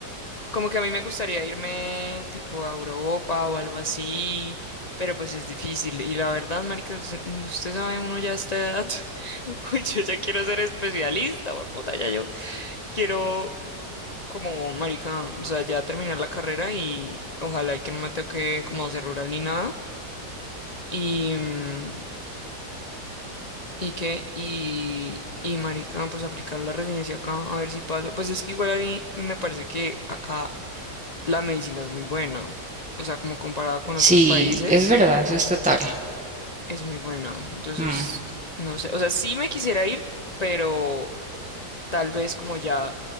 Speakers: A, on the left; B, in the centre.
A: Como que a mí me gustaría irme tipo a Europa o algo así, pero pues es difícil. Y la verdad, marica, us- usted sabe, uno ya a esta edad, <laughs> uy, yo ya quiero ser especialista, puta, ya yo quiero como, marica, o sea, ya terminar la carrera y ojalá y que no me toque como hacer rural ni nada. Y, mm, y que, y, y marica, pues aplicar la residencia acá, a ver si paso. Pues es que igual a mí me parece que acá la medicina es muy buena. O sea, como comparada con
B: Sí,
A: otros países,
B: es verdad, eso es total.
A: es muy buena. Entonces,
B: Mm,
A: no sé. O sea, sí me quisiera ir, pero tal vez como ya,